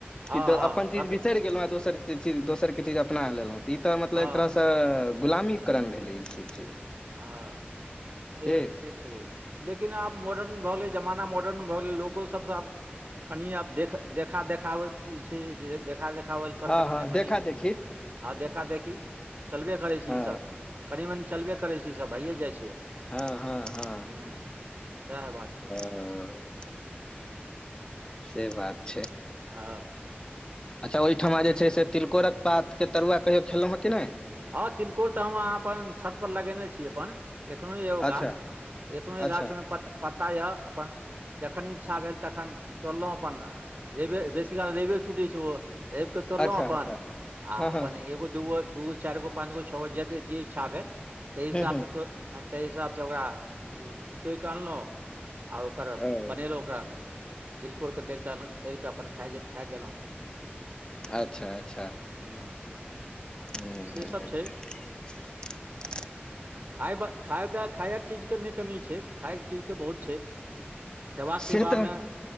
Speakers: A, on the right; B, on the left.
A: हँ
B: किदो
A: हँ
B: अपन
A: सभ्य
B: चीज बिसरि गेलहुँ आ दोसर के चीज दोसर के चीज अपना लेलहुँ तऽ ई तऽ मतलब
A: हँ
B: एक तरहसँ
A: हँ
B: गुलामीकरण भेलै ई चीज
A: हँ से
B: के
A: से छै लेकिन आब मॉडर्न भऽ गेलै जम जमाना मॉडर्न भऽ गेलै लोको सबसँ आब कनि आब देख देखा देखाबैत जे छै से देखा देख देखावल कर
B: हँ
A: कनिक
B: हँ देखा
A: मनी
B: देखी
A: हँ देखा देखी चलबे करै छै
B: हँ
A: ई सब कनि मनि चलबे करै छै ईसभ भैए जाइ छै
B: हँ हँ हँ
A: हूँ सएह बात छै
B: ओ से बात छै
A: हँ
B: अच्छा ओहिठमा जे छै से तिलकोरक पातके तरुआ कहियो खेलहुँ हं कि नहि
A: हँ तिलकोर तऽ हम अहाँ अपन छत पर लगेने छी अपन एखनो यए ओ
B: अच्छा
A: गाछ एखनो ओई गाछ
B: अच्छा
A: मे प पत्ता यए अपन जखन इच्छा भेल तखन तोड़लहुँ अपन रैवे बेसी काल रैवे के टूटै छै ओ रवि के तोड़लहुं
B: अच्छा
A: अपन
B: अच्छा
A: आ
B: हँ हँ
A: अपन एगो दूगो दूगो चारि गो पाँच गो छौगो जते जे इच्छा भेल ताहि हिसाब
B: हूँ हूँ
A: से तो आ ताहि हिसाबसँ ओकरा तोड़ कऽ अनलहुँ आ ओकर
B: ओ
A: बनेलहुँ ओकरा तिलकोरके तरिकऽ तरिकऽ अपन खाइ खाई गेलहुँ
B: अच्छा अच्छा
A: हूँ
B: हूँ हूँ
A: से सभ
B: हूँ
A: छै
B: <inaudible>
A: खायब खायक खायक चीजके नहि कमी छै खायक चीजके बहुत छै खेबाक
B: से
A: पीबामे
B: तऽ